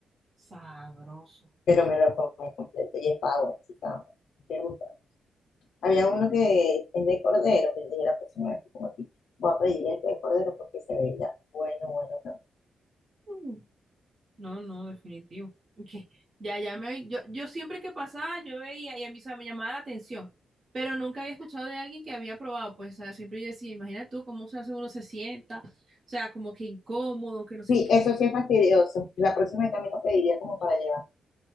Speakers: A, on the right; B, on the left.
A: Sabroso.
B: Pero me lo comí completo y estaba bueno, sí, estaba bueno. Me gustó. Había uno que es de cordero, que yo dije la próxima vez que como aquí, voy a pedir este de cordero porque se veía bueno, bueno. bueno.
A: Mm, No, no, definitivo. <laughs> Que Ya, ya me habí- yo, yo siempre que pasaba, yo veía y a mí, o sea, me llamaba la atención, pero nunca había escuchado de alguien que había probado, pues, o sea, siempre yo decía, imagina tú cómo se hace uno se sienta, o sea, como que incómodo, que no sé
B: Sí,
A: qué.
B: eso sí es fastidioso. La próxima vez también lo pediría como para llevar.